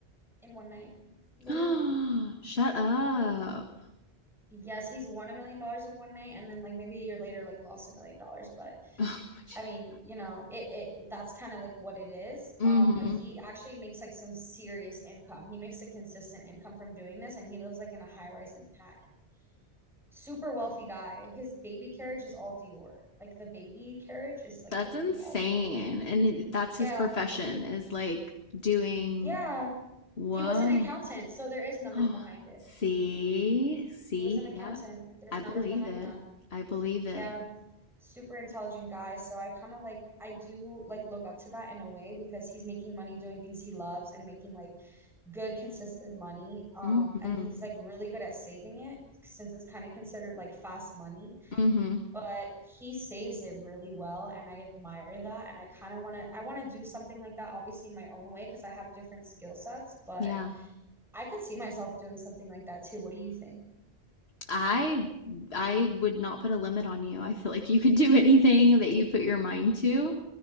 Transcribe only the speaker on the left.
<gasps> Shut up.
<laughs>
Mm-hmm.
That's
insane.
And that's his
profession is like doing,
whoa.
<gasps>
Oh,
see, see,
yep.
I
believe
it.
I believe it.
Mm-hmm.
Mm-hmm.
Yeah.
I I would not put a limit on you. I feel like you could do <laughs> anything that you put your mind to.